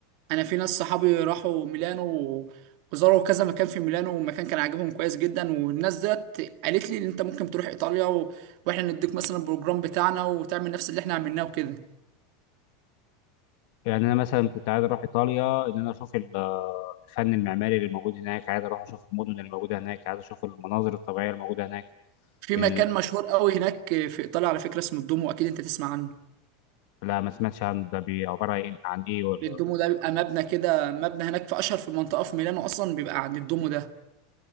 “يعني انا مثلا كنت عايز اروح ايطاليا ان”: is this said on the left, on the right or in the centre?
Left